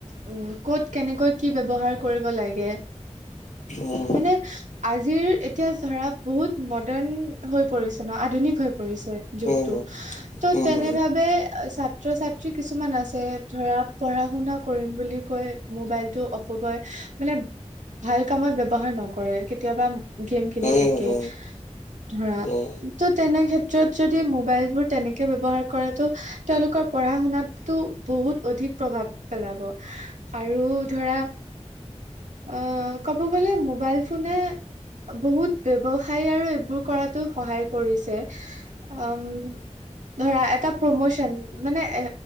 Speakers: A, on the right; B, on the left.
A: উম, ক'ত, কেনেকৈ, কি ব্যৱহাৰ কৰিব লাগে।
B: উম
A: মানে আজিৰ ইতিয়া ধৰা বহুত মডাৰ্ণ হৈ পৰিছে ন আধুনিক হৈ পৰিছে যুগটো
B: উম
A: ত'
B: উম
A: তেনে
B: উম
A: ভাবে ছাত্ৰ ছাত্ৰী কিছুমান আছে ধৰা পঢ়া শুনা কৰিম বুলি কৈ মোবাইলটো অপগয় মানে ভাল কামত ব্যৱহাৰ নকৰে কেতিয়াবা গেম খেলি
B: উম উম উম
A: থাকে
B: উম
A: ধৰা
B: উম
A: ত' তেনে ক্ষেত্ৰত যদি মোবাইল বোৰ তেনেকে ব্যৱহাৰ কৰেটো তেওঁলোকৰ পঢ়া শুনাতো বহুত অধিক প্ৰভাৱ পেলাব আৰু ধৰা আ, ক'ব গ'লে মোবাইল ফোনে বহুত ব্যৱসায় আৰু এইবোৰ কৰাতো সহায় কৰিছে। উম, ধৰা এটা প্ৰমোচন মানে এ